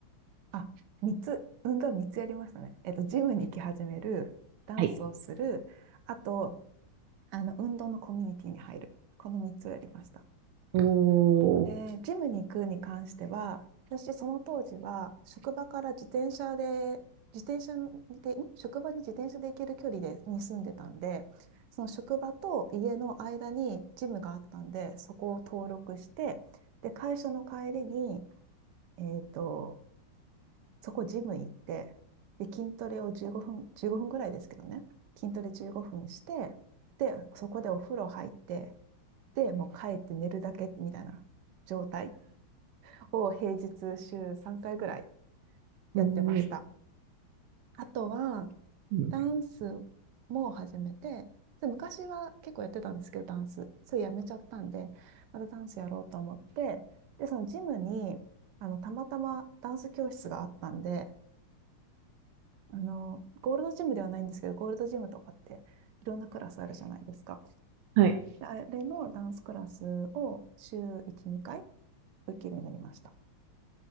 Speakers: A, on the right; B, on the right.
A: あ、3つ、運動3つやりましたね。えっと、ジムに行き始める、ダンスをする、
B: はい。
A: あと、あの、運動のコミュニティに入る。この3つをやりました。
B: おー。
A: で、ジムに行くに関しては、私、その当時は、職場から自転車で、自転車で、ん職場に自転車で行ける距離で、に住んでたんで、その職場と家の間にジムがあったんで、そこを登録して、で、会社の帰りに、えっと、そこジム行って、で、筋トレを15分、15分ぐらいですけどね、筋トレ15分して、で、そこでお風呂入って、で、もう帰って寝るだけみたいな状態。を平日週3回ぐらい
B: おー
A: やってました。あとは、
B: うん
A: ダンスも始めて、で昔は結構やってたんですけど、ダンス。それやめちゃったんで、またダンスやろうと思って、で、そのジムに、あの、たまたまダンス教室があったんで、あの、ゴールドジムではないんですけど、ゴールドジムとかっていろんなクラスあるじゃないですか。
B: はい。
A: であれのダンスクラスを週1、2回受けるようになりました。